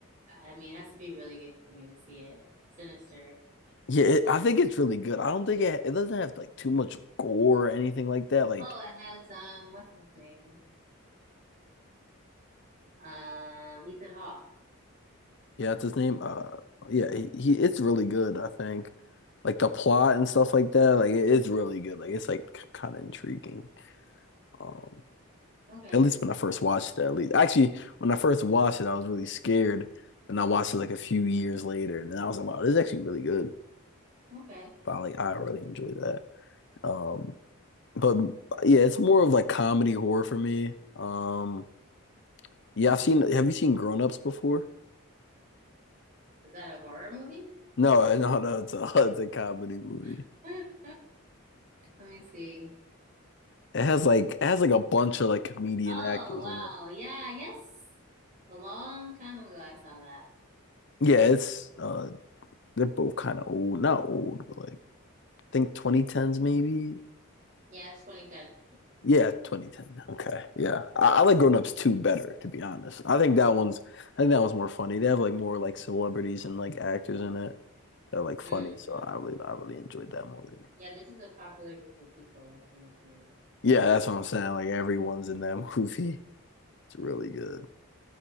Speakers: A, on the right; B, on the left.
A: I mean, it has to be really good for me to see it. Sinister.
B: Yeah, it,
A: like,
B: I think it's really good. I don't think it it doesn't have like too much gore or anything like that. Like,
A: Oh, it has um, what's his name? Um, Ethan Hawke.
B: yeah, that's his name. Uh, yeah, he, he it's really good. I think, like the plot and stuff like that. Like, it is really good. Like, it's like kind of intriguing. Um,
A: Okay,
B: at least when I first watched it. At least, actually, when I first watched it, I was really scared. And I watched it like a few years later, and then I was like, wow, this is actually really good.
A: okay.
B: But I, like, I really enjoyed that. Um. But yeah, it's more of like comedy horror for me. Um, yeah, I've seen. Have you seen Grown Ups before?
A: Is that a horror movie?
B: No, <laughs> no, no. It's a, <laughs> it's a comedy movie.
A: <laughs> Let me see.
B: It has like it has like a bunch of like comedian
A: Oh,
B: actors
A: wow.
B: in it.
A: Yeah, I guess a long time ago I saw that.
B: Yeah, it's uh, they're both kind of old. Not old, but like I think 2010s maybe.
A: Yeah, it's 2010.
B: Yeah, 2010. Okay, yeah. I, I like Grown Ups 2 better, to be honest. I think that one's I think that one's more funny. They have like more like celebrities and like actors in it. that are like
A: hmm
B: funny, so I really I really enjoyed that movie.
A: Yeah, this is a popular group of people that's in this movie.
B: Yeah, that's what I'm saying. Like everyone's in that <laughs> movie. It's really good.